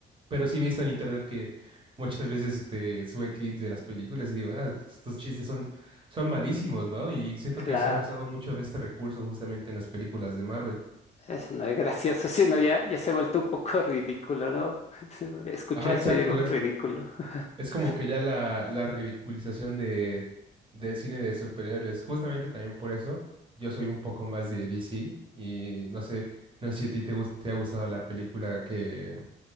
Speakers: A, on the right (about 25°); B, on the left (about 35°).
A: Pero sí he visto en internet que muchas veces este, suben clips de las películas y digo, "Ah, estos chistes son, son malísimos, ¿no? Y siento
B: claro.
A: que se ha abusado mucho de este recurso justamente en las películas de Marvel.
B: Eso no es gracioso, sino ya, ya se ha vuelto un poco ridículo, ¿no? <laughs> Escucho
A: Ajá,
B: eso
A: exacto.
B: y digo, ridículo.
A: Es,
B: <laughs>
A: es como que ya la, la ridiculización de, del cine de superhéroes. Justamente también por eso yo soy un poco más de DC y no sé, no sé si a ti te, gus- te ha gustado la película que